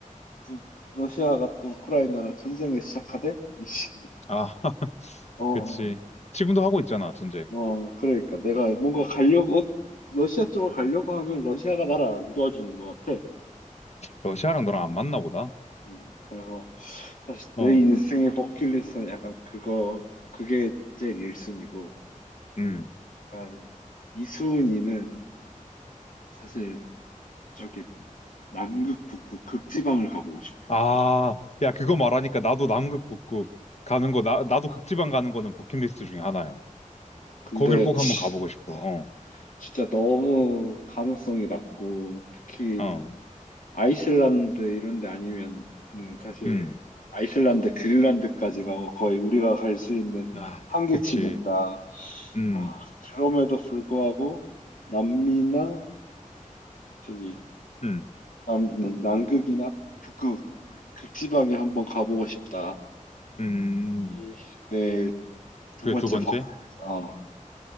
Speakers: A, on the left; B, on the left.
A: 또 러시아가 또 우크라이나랑 전쟁을 시작하대? 이씨.
B: 아, <laughs>
A: 어,
B: 그치. 지금도 하고 있잖아, 전제.
A: 어, 그러니까 내가 뭔가 가려고 어, 러시아 쪽으로 가려고 하면 러시아가 나를 안 도와주는 것 같아.
B: 러시아랑 너랑 안 맞나 보다.
A: 음, 그래서 사실 내
B: 어,
A: 인생의 버킷리스트는 약간 그거 그게 제일 1순위고
B: 음.
A: 약간 2순위는 사실 저기 남극 북극 극지방을 가보고 싶어.
B: 아, 야, 그거 말하니까 나도 남극 북극 가는 거, 나, 나도 극지방 가는 거는 버킷리스트 중에 하나야.
A: 근데
B: 거길 꼭
A: 치,
B: 한번 가보고 싶어.
A: 어,
B: 어,
A: 진짜 너무 가능성이 낮고 특히
B: 어.
A: 아이슬란드 이런 데 아니면 사실
B: 음,
A: 아이슬란드, 그린란드까지가 거의 우리가 갈 수 있는
B: 아,
A: 한계치니까
B: 그치. 음,
A: 아, 그럼에도 불구하고 남미나 저기
B: 음,
A: 남, 음, 남극이나 북극 극지방에 한번 가보고 싶다.
B: 음.
A: 이 네, 두
B: 그게
A: 번째
B: 두 번째?
A: 박, 어.